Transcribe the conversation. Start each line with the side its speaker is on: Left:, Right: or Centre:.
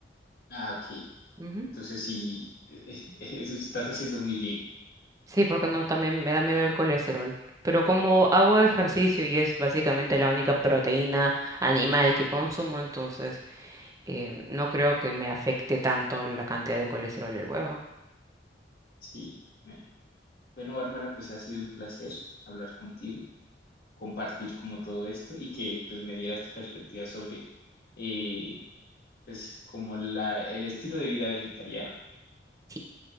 Left: Ah, ok.
Right: Ujú.
Left: Entonces sí, <laughs> eso estás haciendo muy bien.
Right: Sí, porque no, también me da miedo el colesterol. Pero como hago ejercicio y es básicamente la única proteína animal que consumo, entonces eh, no creo que me afecte tanto la cantidad de colesterol del huevo.
Left: Sí. mira. Bueno, Bárbara, pues ha sido un placer hablar contigo, compartir como todo esto y que pues me dieras tu perspectiva sobre eh, pues como la, el estilo de vida vegetariano.
Right: Sí,